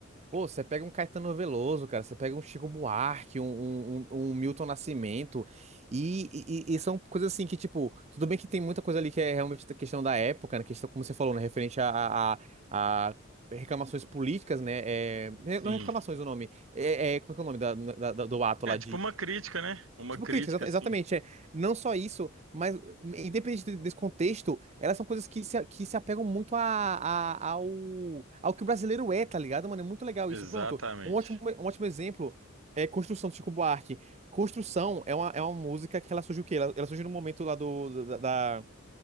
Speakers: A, on the right; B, on the right.
A: Pô, você pega um Caetano Veloso, cara, você pega um Chico Buarque, um, um, um- um Milton Nascimento, e, e- e são coisas assim que, tipo, tudo bem que tem muita coisa ali que é realmente da questão da época, né? Questão, como você falou, né? Referente a, a, a- a reclamações políticas, né? É, né,
B: Sim.
A: não é reclamações o nome. É, é- como é que é o nome da- da- da- do ato
B: É
A: lá
B: tipo uma crítica, né? Uma
A: Tipo,
B: crítica,
A: crítica, exata-
B: sim.
A: exatamente. É. Não só isso, mas independente de- desse contexto, elas são coisas que se, que se apegam muito a, a- ao, ao que o brasileiro é, tá ligado, mano? É muito legal
B: Exatamente.
A: isso. Pronto, um ótimo, um ótimo exemplo é Construção do Chico Buarque. Construção é uma, é uma música que ela surge o quê? Ela, ela surge no momento lá do, da, da-